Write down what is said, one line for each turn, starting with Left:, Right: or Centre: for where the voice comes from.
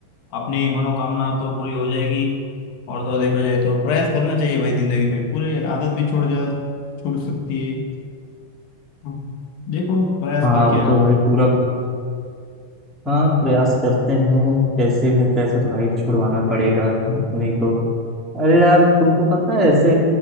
Left: अपनी मनोकामना तो पूरी हो जाएगी और तो देखा जाए तो प्रयास करना चाहिए भाई जिंदगी में पूरी आदत भी छोड़ जा छूट सकती है हाँ, देखो प्रयास
Centre: वो
Left: करके
Centre: तो
Left: आप
Centre: भाई पूरा हाँ प्रयास करते हैं कैसे में कैसे तो भाई छुड़वाना पड़ेगा नहीं तो अरे यार तुमको पता है ऐसे